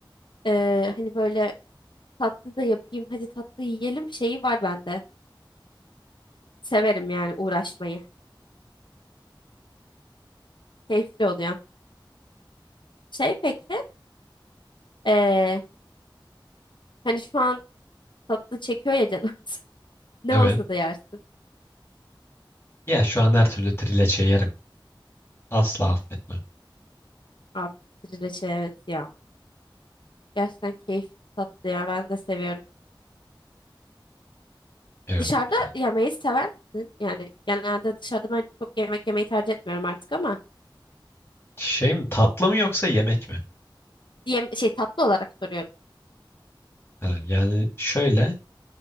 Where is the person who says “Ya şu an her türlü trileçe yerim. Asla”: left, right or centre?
Left